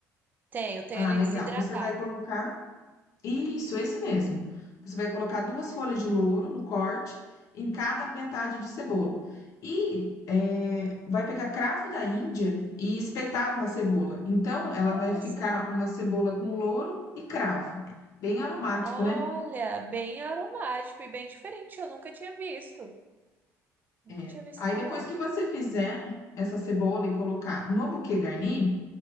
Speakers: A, on the right (about 30°); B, on the left (about 60°).
A: Tenho, tenho
B: Ah,
A: ele
B: legal.
A: desidratado.
B: Você vai colocar isso, esse mesmo. Você vai colocar duas folhas de louro no corte, em cada metade de cebola. E
A: Uhum.
B: eh, vai pegar cravo da Índia e espetar na cebola. Então, ela
A: Olha
B: vai ficar
A: só.
B: uma cebola com louro e cravo. Bem aromático,
A: Olha,
B: né?
A: bem aromático e bem diferente. Eu nunca tinha visto. Nunca
B: Eh,
A: tinha visto
B: aí,
A: falar.
B: depois que você fizer essa cebola e colocar no buquê garni,